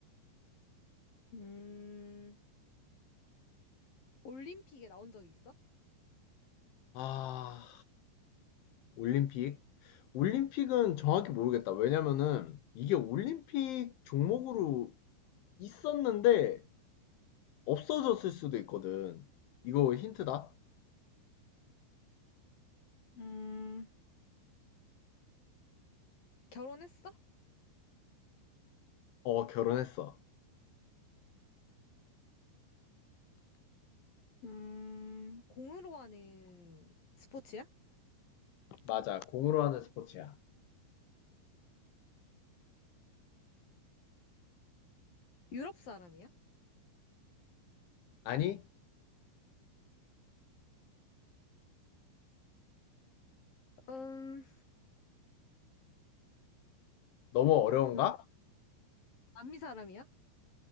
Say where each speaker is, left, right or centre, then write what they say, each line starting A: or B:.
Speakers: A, on the left; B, on the left.
A: 음, 올림픽에 나온 적이 있어?
B: 아, 올림픽? 올림픽은 정확히 모르겠다. 왜냐면은 이게 올림픽 종목으로 있었는데 없어졌을 수도 있거든. 이거 힌트다?
A: 음, 결혼했어?
B: 어, 결혼했어.
A: 음, 공으로 하는 스포츠야?
B: 맞아. 공으로 하는 스포츠야.
A: 유럽 사람이야?
B: 아니?
A: 음,
B: 너무 어려운가?
A: 남, 남미 사람이야?